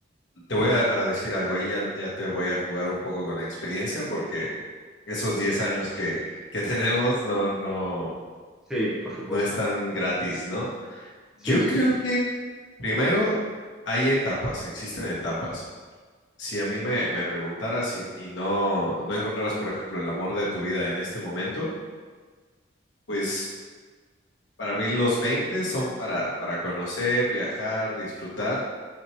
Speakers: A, on the left; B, in the centre.
A: te voy a, a decir algo ahí, ya, ya te voy a jugar un poco con la experiencia porque esos 10 años que, que tenemos no, no,
B: Sí, por supuesto.
A: no están gratis, ¿no?
B: Sí,
A: Yo
B: sí,
A: creo
B: sí.
A: que primero hay etapas, existen etapas. Si a mí me, me preguntaras y, y no, no encontraras, por ejemplo, el amor de tu vida en este momento, pues para mí los 20 son para, para conocer, viajar, disfrutar